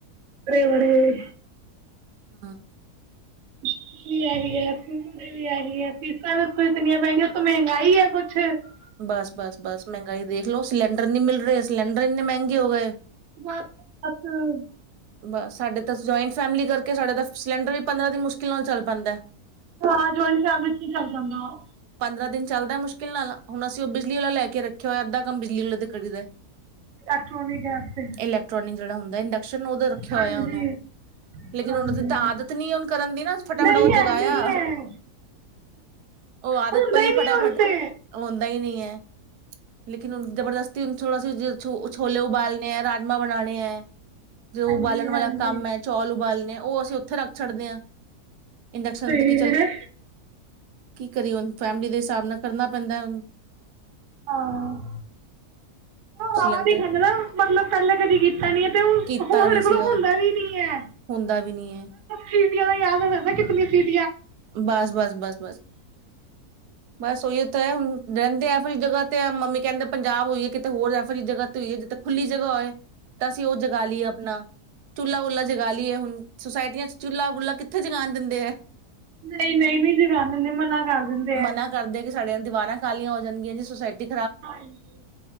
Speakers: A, on the right; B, on the right.
A: ਬੜੇ ਬੜੇ
B: ਹਾਂ।
A: ਵੀਹੀ ਹੈ ਵੀਹੀ ਹੈ ਫੀਸਾਂ ਵੀ ਉਤੋਂ ਇਤਨੀਆਂ ਮਹਿੰਗੀਆਂ ਉਤੋਂ ਮਹਿੰਗਾਈ ਹੈ ਕੁਛ। <unintelligible>
B: ਬਸ ਬਸ ਬਸ ਮਹਿੰਗਾਈ ਦੇਖ ਲਵੋ ਸਿਲੰਡਰ ਨਹੀ ਮਿਲ ਰਹੇ ਸਿਲੰਡਰ ਇੰਨੇ ਮਹਿੰਗੇ ਹੋ ਗਏ।
A: ਬਸ ਬਸ। <unintelligible>
B: ਬਸ ਤਾਂ ਜੁਆਇੰਟ ਫੈਮਿਲੀ ਕਰਕੇ ਸਾਡੇ ਤਾਂ ਸਿਲੰਡਰ ਵੀ ਪੰਦਰਾਂ ਦਿਨ ਮੁਸ਼ਕਿਲ ਨਾਲ ਚੱਲ ਪੈਂਦਾ ਹੈ।
A: ਹਾਂ ਜੋਇੰਟ ਫੈਮਲੀ ਚ ਨਹੀਂ ਚੱਲ ਪਾਂਦਾ।
B: ਪੰਦਰਾਂ ਦਿਨ ਚੱਲਦਾ ਮੁਸ਼ਕਿਲ ਨਾਲ। ਹੁਣ ਅਸੀਂ ਉਹ ਬਿਜਲੀ ਵਾਲਾ ਲੈ ਕੇ ਰੱਖਿਆ ਹੋਇਆ ਅਧਾ ਕੰਮ ਬਿਜਲੀ ਵਾਲੇ ਤੇ ਕਰੀ ਦਾ।
A: ਇਲੈਕਟ੍ਰੋਨਿਕ ਗੈਸ ਤੇ
B: ਇਲੈਕਟ੍ਰੋਨਿਕ ਜਿਹੜਾ ਹੁੰਦਾ ਏ ਇੰਡਕਸ਼ ਉਦੋਂ ਰੱਖਿਆ
A: ਹਾਂਜੀ
B: ਹੋਇਆ ਉਹਨੂੰ ਲੇਕਿਨ
A: ਹਾਂਜੀ
B: ਉਹਦੇ ਤਾਂ
A: ਹਾਂਜੀ
B: ਆਦਤ ਨੀ ਉਹ ਕਰਨ ਦੀ ਨਾ ਫਟਾਫਟ
A: ਨਹੀਂ
B: ਉਹ
A: ਹੈ
B: ਜਗਾਇਆ
A: ਨਹੀਂ ਹੈ
B: ਔ ਆਦਤ
A: ਹੁੰਦਾ
B: ਪਈ
A: ਹੀ ਨਹੀਂ
B: ਫਟਾਫਟ
A: ਔਰ ਤੇ
B: ਹੁੰਦਾ ਹੀ ਨਹੀਂ ਹੈ ਲੇਕਿਨ ਹੁਣ ਜਬਰਦਸਤੀ ਹੁਣ ਥੋੜਾ ਸੀ ਛੋ ਛੋਲੇ ਉਬਾਲਣੇ ਹੈ ਰਾਜਮਾਂ ਬਣਾਉਣੇ ਹੈ। ਜੋ
A: ਹਾਂਜੀ
B: ਉਬਾਲਣ ਵਾਲਾ
A: ਹਾਂਜੀ
B: ਕੰਮ ਹੈ ਚੌਲ ਉਬਾਲਣੇ ਉਹ ਅਸੀ ਉੱਥੇ ਰੱਖ ਛੱਡਦੇ ਹਾਂ। ਇੰਡਕਸ਼ਨ
A: ਸਹੀ
B: ਤੋਂ ਕੀ ਚਲ
A: ਹੈ
B: ਕੀ ਕਰੀਏ ਹੁਣ ਫੈਮਿਲੀ ਦੇ ਹਿਸਾਬ ਨਾਲ ਕਰਨਾ ਪੈਂਦਾ ਉਹਨੂੰ
A: ਹਾਂ ਉਹ
B: ਸਿਲੰਡਰ
A: ਆ ਵੀ ਖੱਲਦਾ ਮਤਲਬ ਪਹਿਲਾਂ ਕਦੀ ਕੀਤਾ ਨੀ <unintelligible> ਤੇ ਹੁਣ
B: ਕੀਤਾ
A: ਸਾਡੇ
B: ਨੀ
A: ਕੋਲੋਂ
B: ਸੀਗਾ
A: ਹੁੰਦਾ ਵੀ ਨੀ ਹੈ
B: ਹੁੰਦਾ ਵੀ ਨੀ ਹੈ
A: ਕੀ ਦਾ ਯਾਦ ਹੋਇਦਾ ਨਾ ਕਿੰਨੀ ਸੀਟ
B: ਬਸ ਬਸ ਬਸ ਬਸ ਬਸ ਉਹੀ ਉੱਥ ਹੈ ਹੁਣ ਰਹਿੰਦੇ ਐ ਵਾਰੀ ਜਗ੍ਹਾ ਤੇ ਮੰਮੀ ਕਹਿੰਦੇ ਪੰਜਾਬ ਹੋਈ ਹੈ ਕਿਤੇ ਹੋਰ ਐ ਵਾਰੀ ਜਗ੍ਹਾ ਤੇ ਹੋਈ ਹੈ ਜਿੱਥੇ ਖੁੱਲੀ ਜ੍ਹਾ ਹੋਏ <unintelligible> ਤਾਂ ਅਸੀਂ ਉਹ ਜਗਾ ਲਈਏ ਆਪਣਾ ਚੁੱਲ੍ਹਾ ਬੁੱਲ੍ਹਾ ਜਗਾ ਲਈਏ ਹੁਣ ਸੁਸਾਇਟੀਆਂ ਚੁੱਲਾ ਬੁੱਲਾ ਕਿੱਥੇ ਜਗਾਨ ਦਿੰਦੇ ਹੈ।
A: ਨਹੀਂ ਨਹੀਂ ਨਹੀਂ ਜਗਾਨ ਦਿੰਦੇ ਮਨਾ ਕਰ ਦਿੰਦੇ
B: ਮਨਾ
A: ਐ,
B: ਕਰਦੇ ਕਿ ਸਾਡੀਆਂ ਦੀਵਾਰਾਂ ਖਾਲੀਆਂ ਹੋ ਜਾਂਣਗੀਆਂ ਜੀ ਸੋਸਾਇਟੀ
A: ਹਜੀ